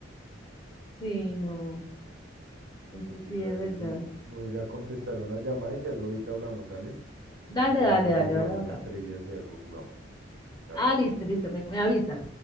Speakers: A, on the left; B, on the right.
A: Sí, no, eso
B: ¿Qué te
A: sí
B: iba
A: es
B: a decir?
A: verdad.
B: Voy a ir a contestar una llamada y si algo ahorita hablamos, dale.
A: Dale,
B: Que tengo
A: dale,
B: ganas
A: dale,
B: de jugar
A: ahora
B: una
A: hablamos.
B: trivia, si algo jugamos. Dale.
A: Ah, listo, listo, me, me avisas.